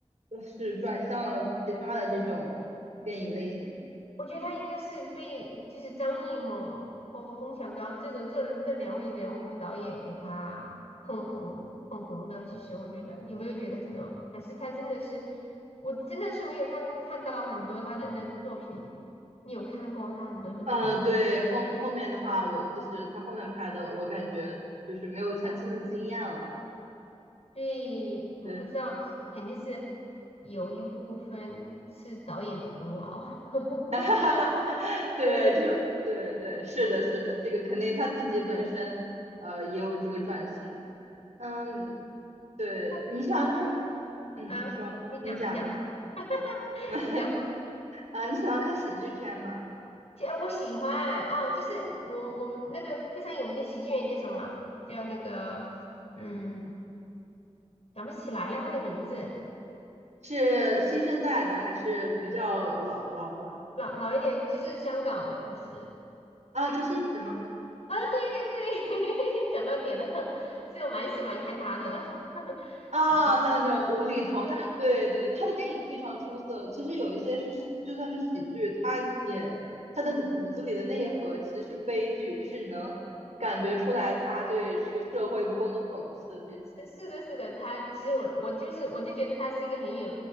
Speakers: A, on the right; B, on the left.
A: 就是转向了其他的这种电影类型。
B: 我觉得她应该是被就是张艺谋和冯小刚这种这这两位人物导演给她捧红捧红的。其实我觉得有没有觉得这种，还是她真的是我真的是没有看看到很多她的那作品。你有看过她很多作品吗？
A: 呃，对，后后面的话，我其实他后面拍的，我感觉就是没有前期那么惊艳了。
B: 所以我不知道，
A: 对。
B: 肯定是有一部分是导演的功劳。<laughs>
A: <laughs> 哈哈哈哈 <laughs> 对，
B: 对的，
A: 就是对对，是的，是的，这个肯定他自己本身呃也有这个转型，嗯，对，
B: 但是我觉
A: 你喜欢看，嗯，
B: 得，啊，
A: 你说，
B: 你讲，
A: 你讲，
B: 你讲，
A: 你讲，
B: <laughs>
A: <laughs>
B: 你讲，
A: 啊，你喜欢看喜剧片吗？
B: 其实我喜欢啊，就是我我们那个非常有名的喜剧演员叫什么啊？叫那个，嗯，
A: 嗯，
B: 想不起来了他的名字，
A: 是新生代的还是比较老老的？
B: 老老一点，就是香港的，他是，
A: 啊，周星驰吗？
B: 啊，对对对，<laughs> 讲到点了，<laughs> 其实我蛮喜欢看他的 <laughs>
A: 啊，
B: 喜剧。
A: 他的那种无厘头，他对对，他的电影非常出色。其实有一些是就算是喜剧，他也他的骨子里的内核其实是悲剧，就是你能感觉出来他对这个社会不公的讽刺。这
B: 是是的，是的，他其实我我就是我就觉得他是一个很有，